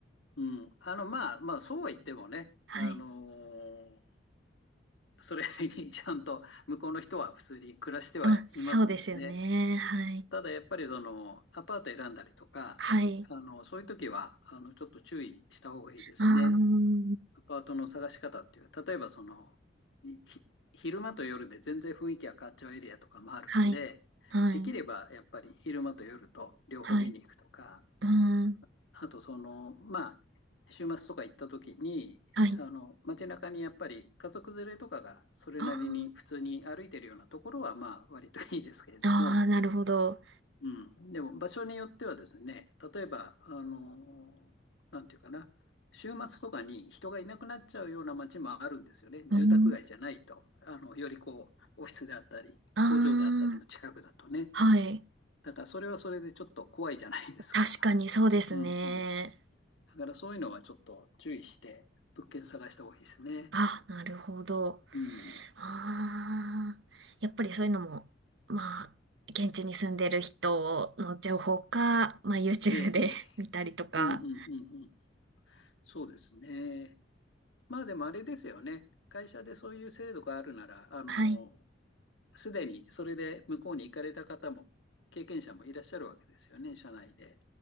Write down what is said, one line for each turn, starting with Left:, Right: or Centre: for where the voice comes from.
Left: うん。あの、まあ、まあ、そうは言ってもね、
Right: はい。
Left: あのーそれにちゃんと向こうの人は普通に暮らしてはいますんでね。
Right: あ、そうですよね。はい。
Left: ただやっぱりそのアパート選んだりとか、
Right: はい。
Left: あのそういう時はあのちょっと注意した方がいいですね。
Right: あ、ー
Left: アパートの探し方っていう、例えばそのひ昼間と夜で全然雰囲気が変わっちゃうエリアとかもあるんで、
Right: はい。はい。
Left: できればやっぱり昼間と夜と両方見に行くとか、
Right: はい。うーん。
Left: あとその、まあ、週末とか行った時に、
Right: はい。
Left: あの、街中にやっぱり家族連れとかがそれなりに普通に歩いてるようなところは、
Right: あー
Left: まあ、割といいですけれども、
Right: あー、あなるほど。
Left: うん。でも、場所によってはですね、例えば、あの、なんていうかな、週末とかに人がいなくなっちゃうような街もあるんですよね。住宅街じゃないと。
Right: うん。
Left: あの、よりこう、オフィスであったり、
Right: あ
Left: 工場であったりの近くだとね。
Right: あ、はい。
Left: だから、それはそれでちょっと怖いじゃないですか。
Right: 確かにそうですね。
Left: うんうん。だからそういうのはちょっと注意して物件探した方がいいですね。
Right: あ、なるほど。
Left: うん。
Right: ああ、やっぱりそういうのも、まあ、現地に住んでる人の情報か、まあ、YouTube
Left: ええ、
Right: で
Left: ええ。
Right: <laughs> 見たりとか。
Left: うんうんうんうん。そうですね。まあでもあれですよね。会社でそういう制度があるなら、あの、
Right: はい。
Left: すでにそれで向こうに行かれた方も、経験者もいらっしゃるわけですよね、社内で。